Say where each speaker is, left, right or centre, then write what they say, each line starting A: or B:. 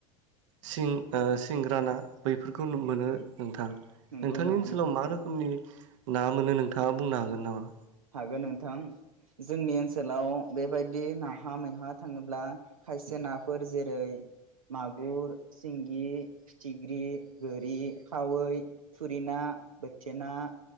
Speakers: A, on the right; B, on the right.
A: सिं सिंग्रा ना बैफोरखौ मोनो नोंथां नोंथांनि
B: नंगौ नामा
A: ओनसोलाव
B: नोंथां
A: मा रोखोमनि ना मोनो नोंथाङा बुंनो हागोन नामा
B: हागोन नोंथां जोंनि ओनसोलाव बेबायदि नाहा मैहा थाङोब्ला खायसे नाफोर जेरै मागुर सिंगि फिथिख्रि गोरि खावै थुरि ना थिना